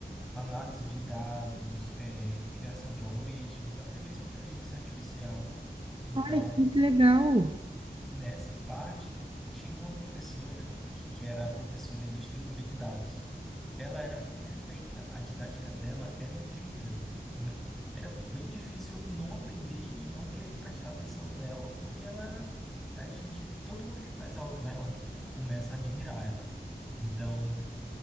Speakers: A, in the centre; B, on the right (about 30°).
A: análise de dados, eh, criação de algoritmos, até mesmo inteligência artificial. Então,
B: Olha que legal.
A: nessa parte, tinha uma professora que que era professora de estrutura de dados. Ela era perfeita, a didática dela era incrível. N- Era bem difícil não aprender e não querer prestar atenção nela, porque ela era a gente, todo mundo que faz aula com ela começa a admirar ela. Então,